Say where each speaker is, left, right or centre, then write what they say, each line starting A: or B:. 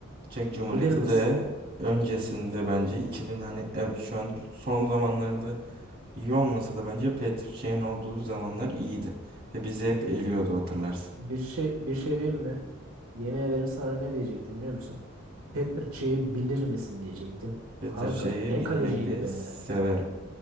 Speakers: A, on the right (about 45°); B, on the right (about 80°).
A: Çek Cumhuriyeti
B: bilir misin?
A: de öncesinde bence 2000 hani ev- şu an son zamanlarda iyi olmasa da bence Petr Çiğ'in olduğu zamanlar iyiydi. Ve bizi hep eliyordu hatırlarsın.
B: Bir şey bir şey diyeyim mi? Yemin ederim sana ne diyecektim biliyor musun? Petr Çey'i bilir misin diyecektim.
A: Better
B: Kanka
A: şeyi
B: ne
A: bilmekteyi
B: kaleciydi be.
A: severim.